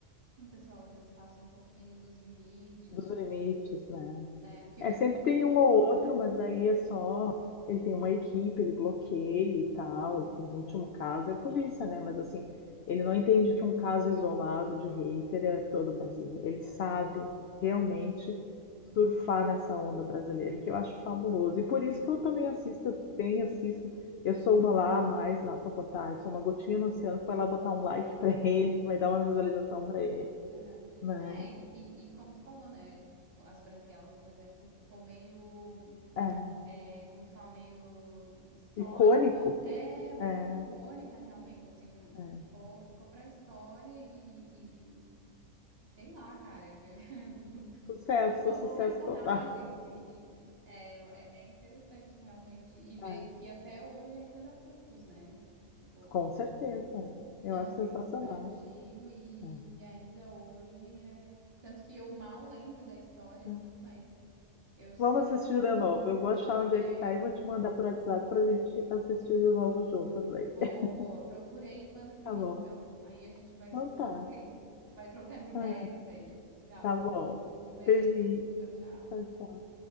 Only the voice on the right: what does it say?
o pessoal, às vezes, passa um pouquinho dos limites,
ou,
né? Porque
eu,
Aham.
É, e, e- e como tu falou, né? As branquelas, por exemplo, ficou meio,
é, como que fala, meio histórico,
né? É uma
coisa icônica, realmente, assim, um,
ficou, ficou pra história e, e- e sei lá, cara, <laughs>
transformou
personagens
e, e é, é é interessante, realmente, e ver
que até hoje ainda dá frutos, né? Tipo.
É
um filme
super antigo e
ainda hoje é. Tanto que eu mal lembro da história,
assim, mas eu sei
que
é
boa,
boa. Procura aí e manda pra
mim,
então. Aí a gente vai
se falando
e vai trocando <laughs> ideias
dele. Tá
bom?
Um beijo.
Tchau, tchau.